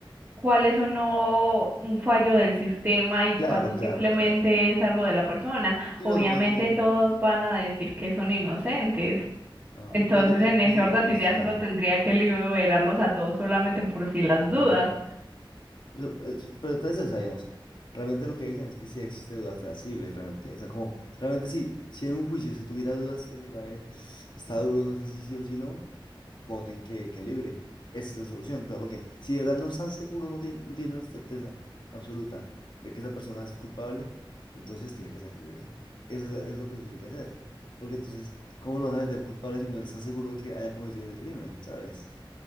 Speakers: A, on the right; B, on the left.
A: cuál es o no un fallo del sistema y
B: Claro,
A: cuándo
B: claro,
A: simplemente
B: claro.
A: es algo de la persona.
B: Sí,
A: Obviamente
B: no, no, digo, pero...
A: todos van a decir que son inocentes.
B: Ajá,
A: Entonces,
B: pero digo,
A: en
B: eh, prosigo,
A: ese orden
B: pero
A: de
B: o
A: ideas
B: sea...
A: uno tendría que liberarlos a todos solamente por si las
B: Ajá.
A: dudas.
B: Pero, pero, pues, o sea, digamos, realmente lo que dicen es que sí existe duda fehacible, realmente. O sea, como, realmente sí, si en un juicio se tuviera dudas, en verdad, eh, está duro, no sé si sí o si no, voten que, que libre. Esa es la solución, o sea, porque si de verdad no están seguros, no tienen, no tienen la certeza absoluta de que esa persona es culpable, entonces tiene que ser libre. Eso es, la- es lo que se tiene que hacer. Porque entonces, ¿cómo lo vas a meter culpable si no estás seguro de que haya cometido ese crimen, ¿sabes?